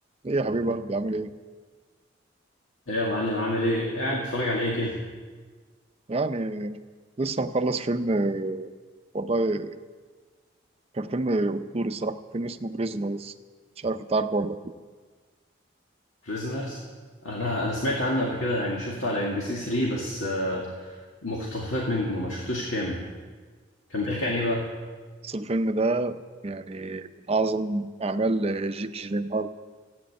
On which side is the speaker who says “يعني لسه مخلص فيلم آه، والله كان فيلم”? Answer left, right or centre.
Right